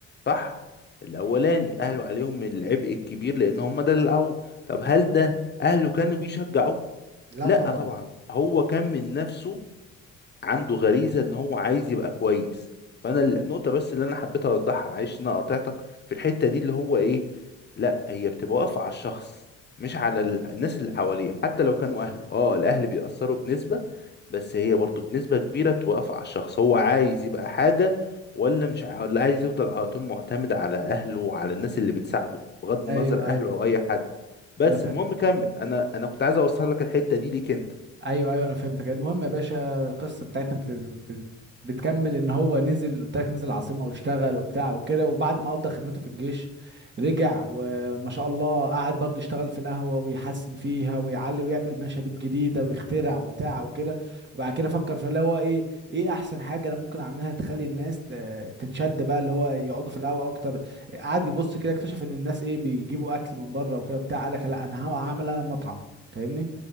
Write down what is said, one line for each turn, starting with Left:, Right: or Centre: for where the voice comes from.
Left: صح الاولاني اهله عليهم العبء الكبير لان هم ده اللي قووا طب هل ده اهله كانوا بيشجعوه
Right: لا
Left: لا
Right: طبعا
Left: طبعا هو كان من نفسه عنده غريزه ان هو عايز يبقى كويس فانا النقطه بس اللي انا حبيت اوضحها معلش ان انا قاطعتك في الحته دي اللي هو ايه لا هي بتبقى واقفه على الشخص مش على ال- الناس اللي حواليه حتى لو كانوا اهله اه الاهل بيأثروا بنسبه بس هي برضو بنسبه كبيره بتوقف على الشخص هو عايز يبقى حاجه ولا مش ع- ولا عايز يفضل على طول معتمد على اهله وعلى الناس اللي بتساعده بغض
Right: ايوه
Left: النظر اهله
Right: ايوه
Left: او اي حد بس
Right: انا فا...
Left: المهم كمل انا انا كنت عايز اوصل لك الحته دي ليك انت
Right: ايوه ايوه انا فهمتك المهم يا باشا القصه بتاعتنا بت... بت- بتكمل ان هو نزل قلت لك نزل العاصمه واشتغل وبتاع وكده وبعد ما قضى خدمته في الجيش رجع وما شاء الله قعد برضه يشتغل في القهوه ويحسن فيها ويعلي ويعمل مشاريب جديده ويخترع وبتاع وكده وبعد كده فكر في اللي هو ايه ايه احسن حاجه انا ممكن اعملها تخلي الناس ت... تتشد بقى اللي هو يقعدوا في القهوه اكتر قعد يبص كده اكتشف ان الناس ايه بيجيبوا اكل من بره وكده بتاع قال لك لا انا هعمل انا مطعم فاهمني